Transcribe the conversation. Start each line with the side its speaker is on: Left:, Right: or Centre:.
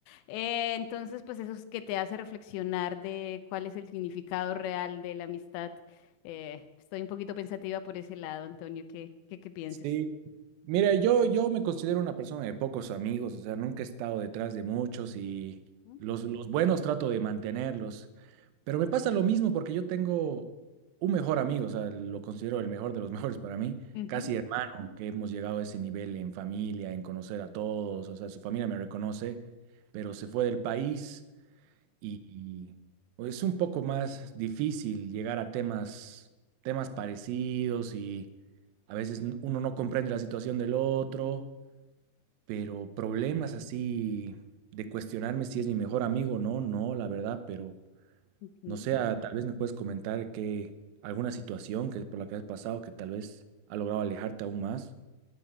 Left: Eh, entonces, pues eso es que te hace reflexionar de cuál es el significado real de la amistad. Eh, estoy un poquito pensativa por ese lado, Antonio. ¿Qué, qué, qué piensas?
Right: Sí, Mira, yo, yo me considero una persona de pocos amigos, o sea, nunca he estado detrás de muchos y
Left: ¿Mm?
Right: los, los buenos trato de mantenerlos, pero me pasa lo mismo porque yo tengo un mejor amigo, o sea, lo considero el mejor de los <laughs> mejores para mí,
Left: Ujú,
Right: casi hermano, que hemos llegado a ese nivel en familia, en conocer a todos, o sea, su familia me reconoce, pero se fue del país. y, y, pues, es un poco más difícil llegar a temas, temas parecidos y a veces n- uno no comprende la situación del otro, pero problemas así de cuestionarme si es mi mejor amigo o no, no, la verdad, pero
Left: ujú.
Right: no sé, ah, tal vez me puedes comentar que alguna situación que por la que has pasado que tal vez ha logrado alejarte aún más.